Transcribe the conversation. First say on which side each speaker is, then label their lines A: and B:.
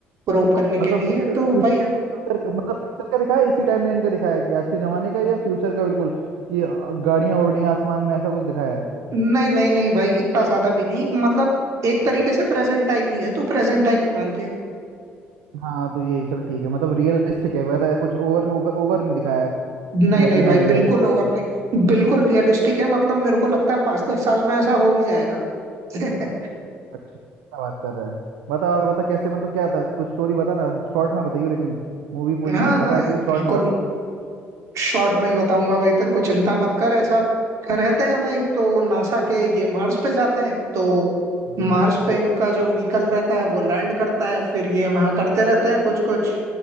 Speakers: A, on the right; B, on the right.
A: प्रोब करने
B: मतलब
A: के लिए
B: फ्यूचर
A: तो
B: फ्यूचर
A: भाई
B: फ्यूचर मतलब फ्यूचर का दिखाया है, इसी टाइमलाइन का दिखाया है कि आज के जमाने का या फ्यूचर का बिल्कुल कि गाड़ियां उड़ रही हैं आसमान में ऐसा कुछ दिखाया है
A: नहीं नहीं नहीं भाई इतना ज्यादा भी नहीं मतलब एक तरीके से प्रेजेंट टाइम ही है तो प्रेजेंट टाइम ही मान ले
B: हाँ तो यही चल ठीक है मतलब रियलिस्टिक है वैसा कुछ ओवर ओवर, ओवर नहीं दिखाया है
A: नहीं
B: लगे
A: नहीं भाई
B: ना रियल
A: बिल्कुल ओवर नहीं बिल्कुल रियलिस्टिक है मतलब मेरे को लगता है पाँच दस साल में ऐसा हो भी जाएगा <laughs>
B: अच्छा क्या बात कर रहा है बता और बता कैसे मतलब क्या था कुछ स्टोरी बता ना शॉर्ट में बताइयो लेकिन मूवी पूरी
A: हाँ
B: मत
A: हाँ
B: बता ऐसी
A: यार
B: बस
A: बिल्कुल
B: शॉर्ट में बता
A: शॉर्ट में ही बताऊंगा भाई तेरे को चिंता मत कर ऐसा रहते हैं भाई तो नासा के ये मार्स पे जाते हैं तो मार्स
B: हाँ
A: पे इनका जो व्हीकल रहता है वो लैंड करता है फिर ये वहां करते रहते हैं कुछ कुछ